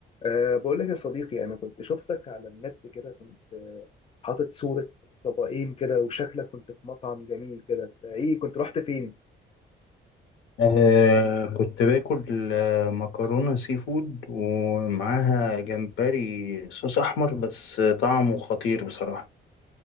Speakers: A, on the left (about 30°); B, on the left (about 75°).
A: أه بقول لك يا صديقي أنا كنت شفتك على النت كده كنت حاطط صورة طبقين كده وشكلك كنت في مطعم جميل كده أنت إيه كنت رحت فين؟
B: آه كنت باكل آه، مكرونة سي فود ومعاها جمبري صوص أحمر بس طعمه خطير بصراحة